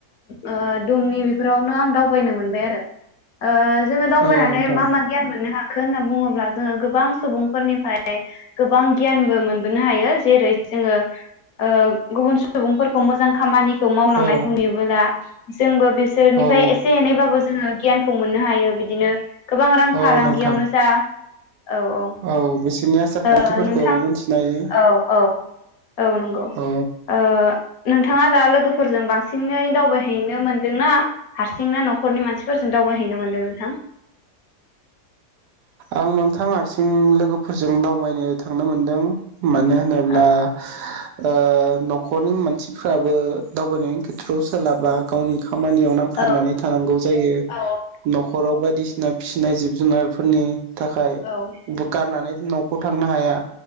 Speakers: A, on the left; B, on the right.
A: ओ दुमनि बेफोरावनो आं दावबायनो मोनबाय आरो ओ जोङो दावबायनानै
B: औ नोंथां
A: मा मा गियान मोननो हा खो होनना बुङोब्ला जोङो गोबां सुबुंफोरनिफ्राय गोबां गियानबो मोनबोनो हायो जेरै जोङो ओ गुबुन सुबुंफोरखौ मोजां खामानि खौ मावलांनायखौ
B: औ
A: नुयोबोला जोंबो बिसोरनिफ्राय
B: औ
A: एसे एनैबाबो जोङो गियानखौ मोननो हायो बिदिनो गोबां रां
B: औ
A: फालांगियावनो
B: नोंथां
A: जा औ-औ
B: औ बिसोरनि आसार खान्थिफोरखौ
A: ओ नोंथां
B: मिथिनो हायो
A: औ-औ-औ नंगौ
B: औ
A: ओ नोंथाङा दा लोगोफोर फोरजों बांसिनै दावबायहैनो मोनदोंना हारसिंना नखरनि मानसिफोरजों दावबायहैनो मोनदों नोंथां
B: आं नोंथां हारसिं लोगोफोरजों दावबायनो थांनो मोनदों मानो होनोब्ला
A: औ
B: ओ नखरनि मानसिफ्राबो दावबायनायनि खेथ्रआव सोलाबा गावनि खामानियाव नांथाबनानै
A: औ
B: थानांगौ जायो
A: औ
B: नखराव बायदिसिना फिसिनाय जिब जुनारफोरनि थाखाय
A: औ
B: बु गारनानै नखौ थांनो हाया